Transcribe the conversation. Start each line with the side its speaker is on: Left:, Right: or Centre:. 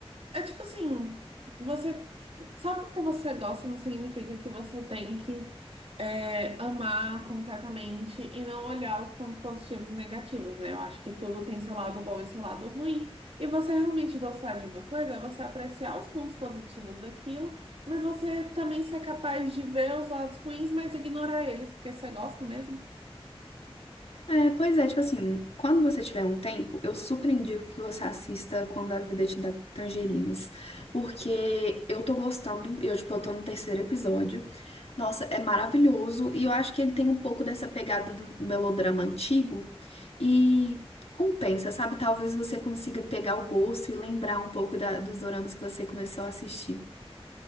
Right: é, é tipo assim, você só porque você gosta não significa que você tem que é, amar completamente e não olhar os pontos positivos e negativos, né? Eu acho que tudo tem seu lado bom e seu lado ruim. E você realmente gostar de uma coisa é você apreciar os pontos positivos daquilo, mas você também ser capaz de ver os lados ruins, mas ignorar eles, porque você gosta mesmo.
Left: É, pois é, tipo assim, quando você tiver um tempo, eu super indico que você assista Quando a Vida Te Dá Tangerinas. Porque eu tô gostando, eu, tipo, eu tô no terceiro episódio. Nossa, é maravilhoso. E eu acho que ele tem um pouco dessa pegada do melodrama antigo. E compensa, sabe? Talvez você consiga pegar o gosto e lembrar um pouco da- dos doramas que você começou a assistir.